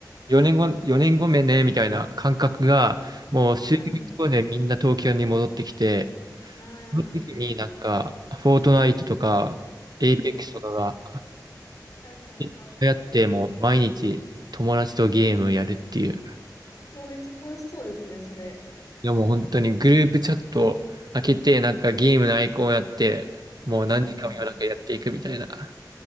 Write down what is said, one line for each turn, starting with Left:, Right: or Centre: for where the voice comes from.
Right: 4年後、4年後目ね、みたいな感覚が、もう数ヶ月後でみんな東京に戻ってきて、
Left: う、うん、う
Right: その時になんか、
Left: ん、
Right: フォートナイトとか、エイペックスとかが、
Left: うん。流行ってました。
Right: いっって、もう毎日友達とゲームやるっていう。
Left: もうめっちゃ楽しそうですね、それ。
Right: いやもう本当にグループチャット開けて、なんかゲームのアイコンをやって、もう何時間も夜中やっていくみたいな。
Left: うん。